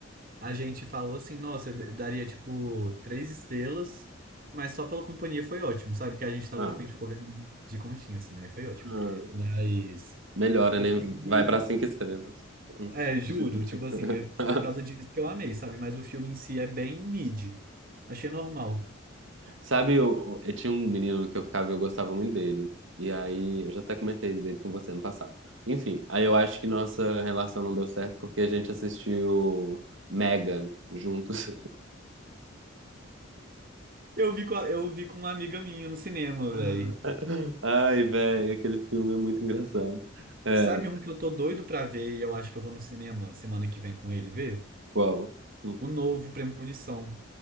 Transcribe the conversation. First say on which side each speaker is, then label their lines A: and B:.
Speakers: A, on the right; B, on the right.
A: a gente falou assim, nossa, eu d- daria tipo três estrelas, mas só pela companhia foi ótimo, sabe? Porque a gente tava,
B: Ah,
A: tipo, a gente ficou vendo de conchinha, assim, né? Aí Foi ótimo.
B: ah,
A: Mas
B: Melhora,
A: o
B: né?
A: filme.
B: Vai pra cinco estrelas. Hum.
A: É, juro,
B: <laughs>
A: tipo assim, é por causa disso que eu amei, sabe? Mas o filme em si é bem mid. Achei normal.
B: Sabe, eu, eu tinha um menino que eu ficava e eu gostava muito dele. E aí, eu já até comentei dele com você ano passado. Enfim, aí eu acho que nossa relação não deu certo porque a gente assistiu Megan juntos.
A: Eu vi com a- eu vi com uma amiga minha no cinema,
B: <laughs>
A: velho.
B: Ai, velho, aquele filme é muito engraçado. É,
A: Sabe um que eu tô doido pra ver e eu acho que eu vou no cinema semana que vem com ele ver?
B: qual? Hum.
A: O novo Premonição.